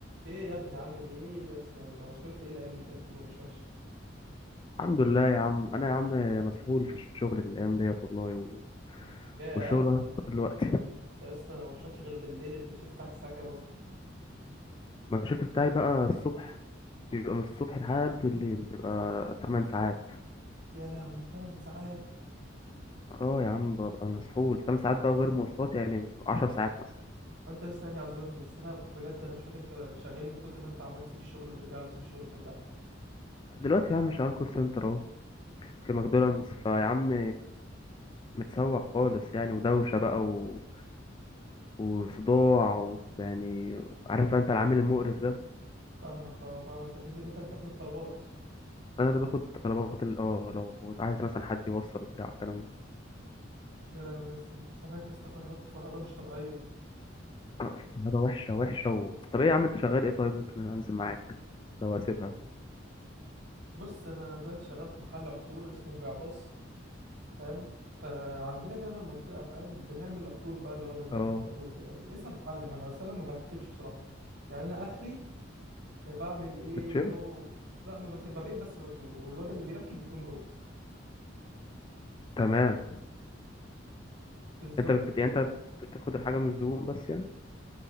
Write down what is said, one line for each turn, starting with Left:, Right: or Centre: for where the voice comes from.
Right: ايه يا ابني عامل ايه يا اسطى انت مسحول في ايه الايام اللي فاتت دي ما بشوفكش
Left: الحمد لله يا عم انا يا عم مسحول في الشغل الايام ديت والله و...
Right: يا
Left: والشغل
Right: انت
Left: واخد
Right: انت
Left: كل وقتي
Right: يا اسطى أنا ما بشوفكش غير بالليل انت شفت بتاعك الساعه كام اصلا
Left: ما الشفت بتاعي بقى الصبح بيبقى من الصبح لحد بالليل بيبقى 8 ساعات
Right: يا لهوي 8 ساعات
Left: اه يا عم ببقى مسحول 8 ساعات بقى وغير مواصلات يعني 10 ساعات مثلا
Right: ما انت لسه يعني اعذرني بس انا بجد انا مش فاكر انت شغال إيه من كتر ما انت عمال تسيب الشغل وترجع له تسيب الشغل وترجع له
Left: دلوقتي يا عم شغال كول سنتر اهو في ماكدونالدز فيا عم متسوح خالص يعني ودوشة بقى و... وصداع ويعني عارف انت العميل المقرف ده
Right: فاهمك اه فاهمك بس انت انت اللي بتاخد الطلبات
Left: انا اللي باخد طلبات ال- اه لو عايز مثلا حد يوصل وبتاع الكلام ده
Right: يا لهوي يا اسطى انت سامعك يا اسطى فرهدت فرهده مش طبيعيه
Left: آه، هذا وحشه وحشه و... طب ايه يا عم انت شغال ايه طيب ممكن انزل معاك لو اسيبها
Right: بص انا دلوقتي شغال في محل عطور اسمه الجعباص فاهم آه عندنا كده في المنطقة فاهم بنعمل عطور بقى اللي هو بنركب
Left: اه
Right: عطور وكده لسه بتعلم انا بس انا ما بركبش بصراحة يعني انا اخري بعمل ايه
Left: بتشم
Right: اللي هو لا ما بش- ببيع بس العطور والواد اللي بيركب بيكون جوه
Left: تمام
Right: بالظبط
Left: انت بت... يعني
Right: كده
Left: انت بتاخد الحاجه من الزبون بس يعني